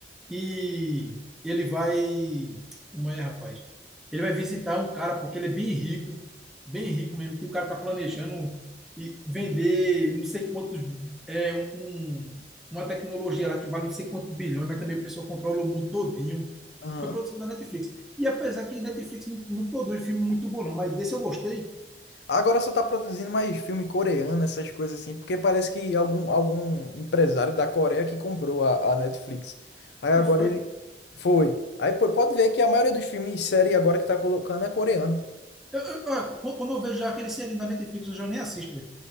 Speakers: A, in the centre; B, on the left.
A: que ele vai. Como é, rapaz? Ele vai visitar um cara porque ele é bem rico, bem rico mesmo, que o cara tá planejando e vender não sei quantos. É, um, um- uma tecnologia lá que vale não sei quantos bilhões, mas também o pessoal controla o mundo todinho.
B: Aham.
A: Foi produção da Netflix. E apesar que Netflix não, não produz filme muito bom, não, mas desse eu gostei.
B: Agora só tá produzindo mais filme coreano, essas coisas assim, porque parece que algum, algum empresário da Coreia que comprou a, a Netflix. Aí agora
A: E foi.
B: ele foi. Aí pô, pode ver que a maioria dos filmes e série agora que tá colocando é coreano, pô.
A: Eu- eu- ó, quando eu vejo já aquele serinho da Netflix, eu já nem assisto,